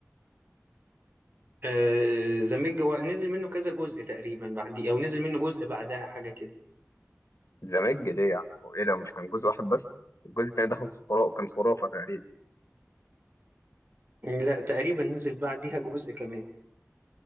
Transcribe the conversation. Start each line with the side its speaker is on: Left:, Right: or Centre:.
Right: <laughs> آه، ذا ميج هو نزل منه كذا جزء تقريبا بعد او نزل منه جزء بعدها حاجه كده
Left: زمان جديع هو ايه ده مش كان جزء واحد بس الجزء التاني ده كان خرافة كان خرافة تقريبا
Right: لا تقريبا نزل بعديها جزء كمان